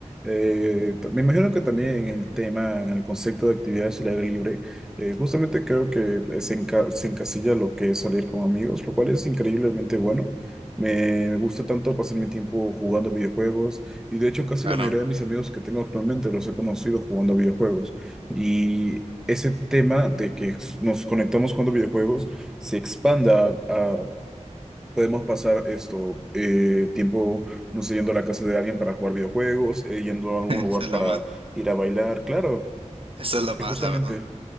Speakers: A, in the centre; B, on the right.
A: Eh, me imagino que también en el tema, en el concepto de actividades al aire libre. Eh, justamente creo que eh, se, enca- se encasilla lo que es salir con amigos, lo cual es increíblemente bueno. Me gusta tanto pasar mi tiempo jugando videojuegos y de hecho casi
B: claro.
A: la mayoría de mis amigos que tengo actualmente los he conocido jugando videojuegos. Y ese tema de que nos conectamos jugando videojuegos se expanda a... Podemos pasar esto, eh, tiempo, no sé, yendo a la casa de alguien para jugar videojuegos, eh, yendo a
B: <laughs>
A: algún
B: Esa
A: lugar
B: es la
A: para
B: más,
A: ir a bailar, claro.
B: esa es la más,
A: Y justamente
B: la verdad.